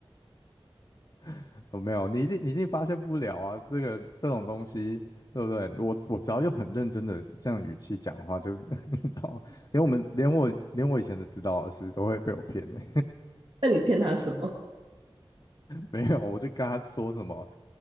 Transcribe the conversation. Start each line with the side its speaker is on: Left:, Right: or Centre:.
Left: <laughs> 我没有，你一定你一定发现不了啊，这个这种东西，对不对？我我只要用很认真的这样语气讲话，就 <laughs> 你知道吗？连我们连我连我以前的指导老师都会被我骗呢、
Right: 那你骗他什么？
Left: 没有，我就跟他说什么，